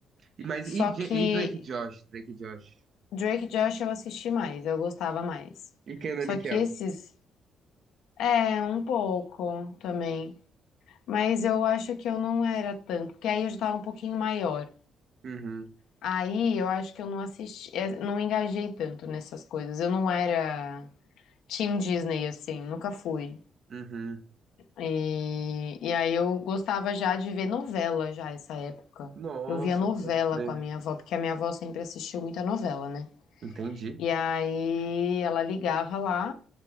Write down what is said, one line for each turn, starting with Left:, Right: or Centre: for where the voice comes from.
Right: E, mas
Left: Só
Right: e, Ja-
Left: que
Right: e Drake e Josh? Drake e Josh.
Left: Drake e Josh eu assisti mais, eu gostava mais.
Right: E Kenan
Left: Só
Right: e Kel.
Left: que esses, é, um pouco também. Mas eu acho que eu não era tanto, porque aí eu já tava um pouquinho maior.
Right: Uhum,
Left: Aí eu acho que eu não assisti, é, não engajei tanto nessas coisas. Eu não era Team Disney, assim, nunca fui.
Right: uhum.
Left: E, e aí eu gostava já de ver novela já essa época.
Right: Nossa,
Left: Eu via novela
Right: pode crer.
Left: com a minha avó, porque a minha avó sempre assistiu muita novela, né?
Right: Entendi.
Left: E aí ela ligava lá